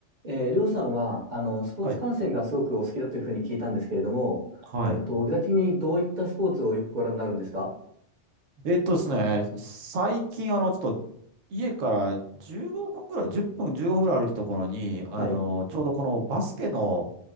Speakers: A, on the right; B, on the right.
A: えー、りょうさんは、あの、スポーツ観戦がすごくお好きだというふうに聞いたんですけれども、
B: はい。はい。
A: えっと、具体的にどういったスポーツをよくご覧になるんですか
B: えっとですね、最近、あの、ちょっと、家から15分ぐらい、10分、15分ぐらい歩いたところに、
A: はい。
B: あの、ちょうどこのバスケの、